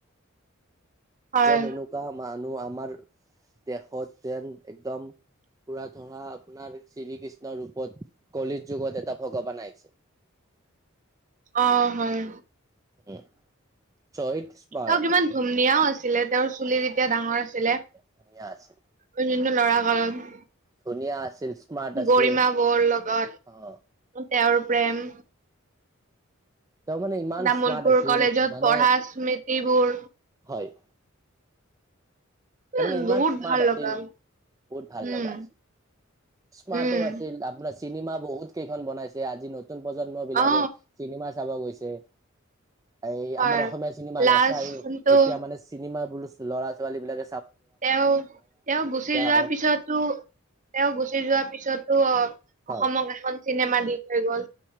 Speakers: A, on the right; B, on the right.
A: হয়
B: যেন এনেকুৱা মানুহ আমাৰ দেশত যেন একদম পুৰা ধৰা আপোনাৰ শ্ৰী কৃষ্ণৰ ৰূপত কলি যুগত এটা ভগৱান আহিছে।
A: অ' হয়।
B: উম চ ইটচ <unintelligible>
A: তেওঁ কিমান ধুমনীয়াও আছিলে। তেওঁৰ চুলিৰ যেতিয়া ডাঙৰ আছিলে।
B: হয় ধুনীয়া আছিল।
A: ক যটো লৰা কালত।
B: ধুনীয়া আছিল। স্মাৰ্ট আছিল
A: গৰিমা বৰ লগত
B: অ'।
A: তেওঁৰ প্ৰেম।
B: তেওঁ মানে ইমান
A: তামোলপুৰ
B: স্মাৰ্ট আছিল
A: কলেজত
B: মানে
A: পঢ়া স্মৃতিবোৰ
B: হয়। তাৰমানে
A: উম
B: ইমান
A: বহুত
B: স্মাৰ্ট
A: ভাল
B: আছিল
A: লগা
B: বহুত ভাল
A: উম
B: লগা আছিল। স্মাৰ্টো
A: উম
B: আছিল আপোনাৰ চিনেমা বহুত- ত কেইখন বনাইছে আজি নতুন প্ৰজন্ম বিলাকে
A: অ
B: চিনেমা চাব গৈছে। এই
A: হয়
B: আমাৰ অসমীয়া চিনেমা
A: লাষ্টটো
B: নাচাই এতিয়া মানে চিনেমা বো ল'ৰা ছোৱালী বিলাক
A: তেওঁ তেওঁ গুচি যোৱাৰ
B: হওক
A: পিছতো তেওঁ গুচি যোৱাৰ পিছতো অঁ-
B: হয়
A: অসমক এখন চিনেমা দি থৈ গ'ল।